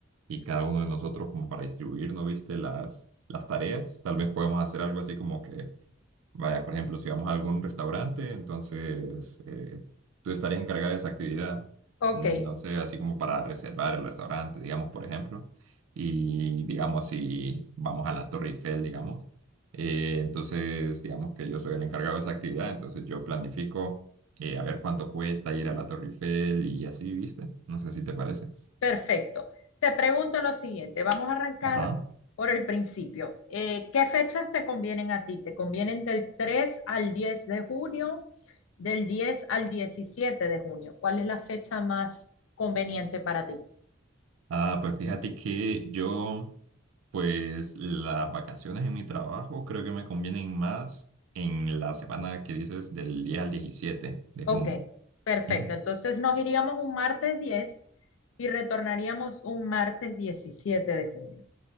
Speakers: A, on the right; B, on the left.
A: y cada uno de nosotros como para distribuir, ¿no viste? Las, las tareas, tal vez podemos hacer algo así como que Vaya, por ejemplo, si vamos a algún restaurante, entonces eh, tú estarías encargada de esa actividad,
B: Ok,
A: no sé, así como para reservar el restaurante, digamos, por ejemplo, y digamos, si vamos a la Torre Eiffel, digamos, eh, entonces digamos que yo soy el encargado de esa actividad, entonces yo planifico eh, a ver cuánto cuesta ir a la Torre Eiffel y así, ¿viste? No sé si te parece.
B: perfecto. Te pregunto lo siguiente, vamos a arrancar
A: Ajá.
B: por el principio. Eh, ¿qué fechas te convienen a ti? ¿Te convienen del 3 al 10 de junio, del 10 al 17 de junio? ¿Cuál es la fecha más conveniente para ti?
A: Ah, pues fíjate que yo... Pues las vacaciones en mi trabajo creo que me convienen más en la semana que dices del 10 al 17 de
B: Ok,
A: junio.
B: perfecto.
A: Ujú.
B: Entonces nos iríamos un martes 10 y retornaríamos un martes 17 de junio.